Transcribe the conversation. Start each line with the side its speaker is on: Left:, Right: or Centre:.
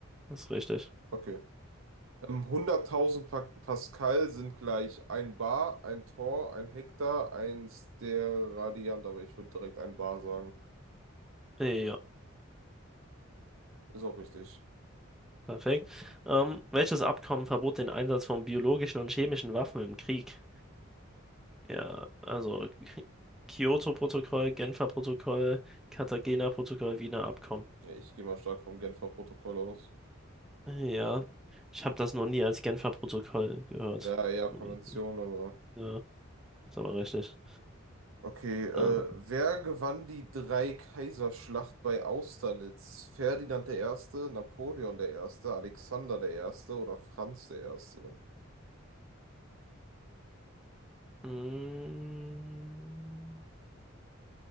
Centre: Das ist richtig.
Right: Okay. Ähm, 100.000 pa Pascal sind gleich ein Bar, ein Tor, ein Hektar, ein Steradiant, aber ich würde direkt ein Bar sagen.
Centre: Ja,
Right: Ist auch richtig.
Centre: perfekt. Ähm, welches Abkommen verbot den Einsatz von biologischen und chemischen Waffen im Krieg? Ja, also K- Kyoto-Protokoll, Genfer Protokoll, Cartagena Protokoll, Wiener Abkommen.
Right: Ja, ich gehe mal stark vom Genfer Protokoll aus.
Centre: Ja, ich habe das noch nie als Genfer Protokoll gehört.
Right: Ja, eher Konvention,
Centre: Irgendwie.
Right: aber.
Centre: Ja, ist aber richtig.
Right: Okay, äh,
Centre: Ähm,
Right: wer gewann die Dreikaiserschlacht bei Austerlitz? Ferdinand der Erste, Napoleon der Erste, Alexander der Erste oder Franz der Erste?
Centre: Mm,